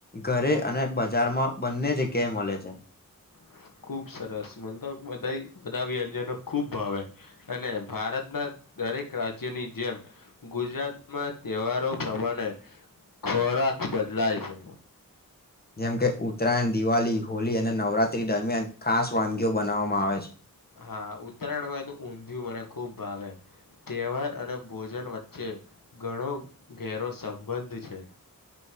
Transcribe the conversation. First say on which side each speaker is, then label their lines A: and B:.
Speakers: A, on the left; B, on the left.
A: ઘરે અને બજારમાં બંને જગ્યાએ મલે છે.
B: <inaudible> ખુબ સરસ. મન તો બધાય બધા વ્યંજનો ખુબ ભાવે અને ભારતના દરેક રાજ્યની જેમ ગુજરાતમાં તહેવારો પ્રમાણે ખોરાક બદલાય છે.
A: જેમ કે ઉત્તરાયણ, દિવાલી, હોલી અને નવરાત્રી દરમિયાન ખાસ વાનગીઓ બનાવવામાં આવે છે.
B: હા, ઉત્તરાયણમાં તો ઊંધિયું મને ખુબ ભાવે. તહેવાર અને ભોજન વચ્ચે ઘણો ઘેરો સંબંધ છે.